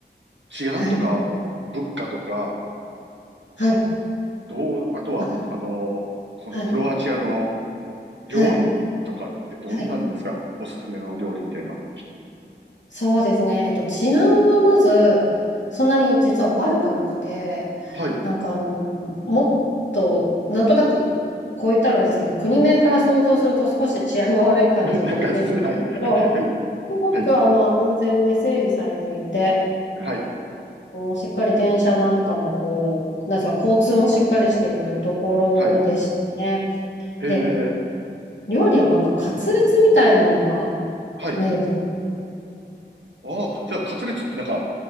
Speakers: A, on the right; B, on the left.
A: 治安とか物価とか、
B: はい。はい。
A: どう、あとは、
B: あ、
A: あの、そのクロアチアの
B: はい。
A: 料理とかってどんなんですかおすすめの料理みたいな。
B: はい。はい。そうですね。えっと、治安はまず、そんなに実は悪くなくて、
A: はい。
B: なんかあの、もっと、なんとなく、こう言ったらあれですけど、国名から想像すると少し治安が悪い感じなイメージですけど、
A: <laughs> なんかす、はい。はい。
B: すごくあの安全で整備されていて、
A: はい。はい。
B: うんしっかり電車なんかもこう、なんですか、交通もしっかりしているところでしたね。
A: はい。へえ。
B: で、料理はなんかカツレツみたいなのが
A: はい。
B: 名物でし
A: ああ、じゃあ、カツレツってなんか、